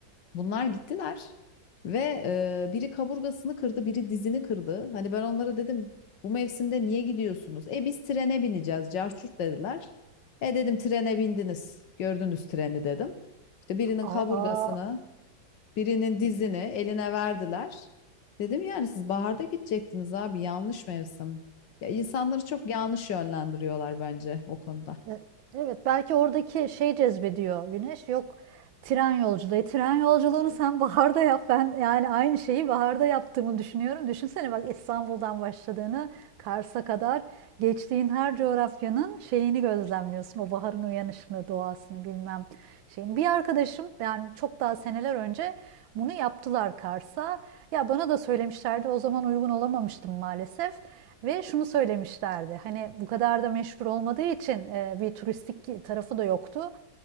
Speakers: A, on the left; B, on the right.
A: Bunlar gittiler ve e, biri kaburgasını kırdı, biri dizini kırdı. Hani ben onlara dedim bu mevsimde niye gidiyorsunuz? E biz trene bineceğiz, carçurt dediler. E dedim trene bindiniz, gördünüz treni dedim. İşte birinin
B: Aa,
A: kaburgasını, birinin dizini eline verdiler. Dedim yani siz baharda gidecektiniz abi yanlış mevsim. Ya insanları çok yanlış yönlendiriyorlar bence o konuda.
B: E- Evet belki oradaki şey cezbediyor Güneş. Yok tren yolculuğu. E, Tren yolculuğunu sen baharda yap. Ben yani aynı şeyi baharda yaptığımı düşünüyorum. Düşünsene bak İstanbul'dan başladığını Kars'a kadar geçtiğin her coğrafyanın şeyini gözlemliyorsun. O baharın uyanışını, doğasını bilmem şeyini. Bir arkadaşım yani çok daha seneler önce bunu yaptılar Kars'a. Ya bana da söylemişlerdi. O zaman uygun olamamıştım maalesef. Ve şunu söylemişlerdi. Hani bu kadar da meşhur olmadığı için e, bir turistik tarafı da yoktu.